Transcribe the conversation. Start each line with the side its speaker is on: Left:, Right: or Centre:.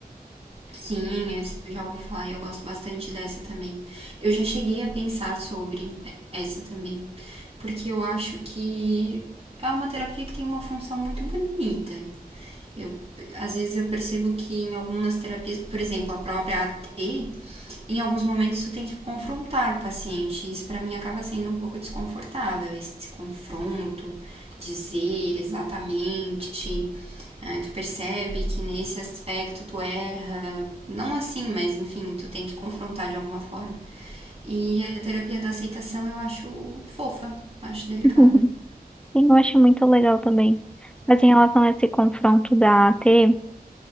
Right: Sim, essa eu já ouvi falar e eu gosto bastante dessa também. Eu já cheguei a pensar sobre essa também, porque eu acho que é uma terapia que tem uma função muito bonita. Eu às vezes eu percebo que em algumas terapias, por exemplo, a própria AT, em alguns momentos tu tem que confrontar o paciente. Isso para mim acaba sendo um pouco desconfortável, esse confronto, dizer exatamente ah, tu percebe que nesse aspecto tu erra, não assim, mas enfim, tu tem que confrontar de alguma forma. E a terapia da aceitação eu acho fofa, acho delicada.
Centre: <laughs> E eu acho muito legal também. Mas em relação a esse confronto da AT,